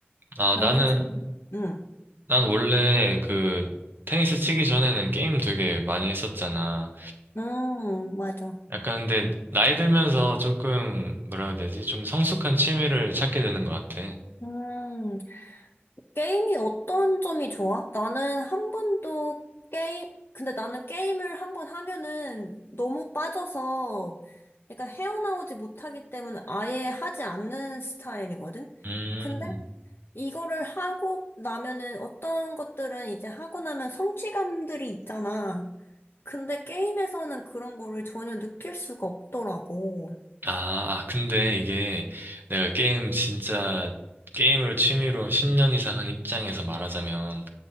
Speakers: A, on the right (about 55°); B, on the left (about 60°).
A: 아,
B: 난
A: 나는,
B: 한숨, 응,
A: 난 원래 그 테니스 치기 전에는 게임 되게 많이 했었잖아.
B: 음, 맞아.
A: 약간 근데 나이 들면서 조금 뭐라 해야 되지? 좀 성숙한 취미를 찾게 되는 것 같아.
B: 음, 게임이 어떤 점이 좋아? 나는 한 번도 게임, 근데 나는 게임을 한 번 하면은 너무 빠져서 약간 헤어나오지 못하기 때문에 아예 하지 않는 스타일이거든?
A: 음.
B: 근데 이거를 하고 나면은 어떤 것들은 이제 하고 나면 성취감들이 있잖아. 근데 게임에서는 그런 거를 전혀 느낄 수가 없더라고.
A: 아, 아, 근데 이게 내가 게임 진짜 게임을 취미로 10년 이상 한 입장에서 말하자면